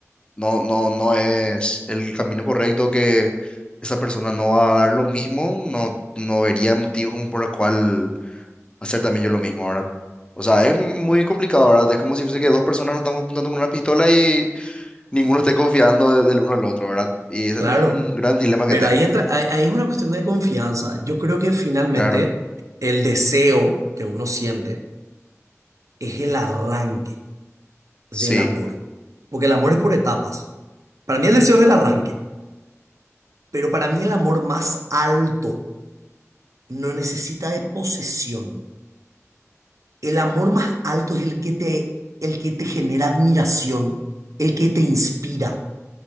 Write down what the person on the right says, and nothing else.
claro.
Pero
ahí entra, ahí, ahí es una cuestión de confianza. Yo creo que finalmente
el deseo que uno siente es el arranque
del amor. Porque el amor es por etapas. Para mí el deseo es el arranque. Pero para mí el amor más alto no necesita de posesión. El amor más alto es el que te, el que te genera admiración, el que te inspira.